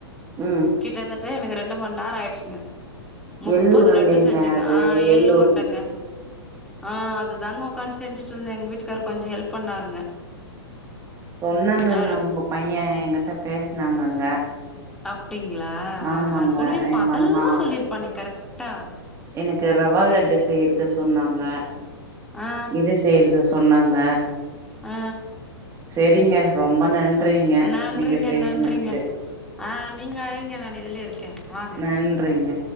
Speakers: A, on the right; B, in the centre.
A: ம்
B: கிட்டத்தட்ட எனக்கு ரெண்டு மண்நேர ஆயிட்ச்சுங்க முப்பது
A: எள்ளுருண்டைங்க
B: லட்டு செஞ்செங்க
A: அது
B: ஆ எள்ளு
A: எள்ளுரு
B: உருண்டங்க ஆ அதுதாங்க உக்காந் செஞ்சுட்ருந்தே எங்க வீட்டுக்கார் கொஞ்ச ஹெல்ப் பண்ணாருங்க
A: சொன்னாங்கங்க
B: அவரு
A: உங்க பைய எங்கிட்ட பேசுனாங்கங்க
B: அப்டிங்ளா அ
A: ஆமாங்க
B: அ சொல்லிருப்பா
A: எங்க
B: அதெல்லா
A: அம்மா
B: சொல்லிருப்பானே கரெக்டா
A: எனக்கு ரவா லட்டு செய்யறது சொன்னாங்க
B: ஆ
A: இரு <unintelligible> செய்றது சொன்னாங்க
B: ஆ
A: செரிங்க ரொம்ப நன்றிங்க
B: நன்றிங்க
A: நீங்க பேசுனதுக்கு
B: நன்றிங்க ஆ நீங்க அழைங்க நானு இதுலயே இருக்கே வாங்க
A: நன்றிங்க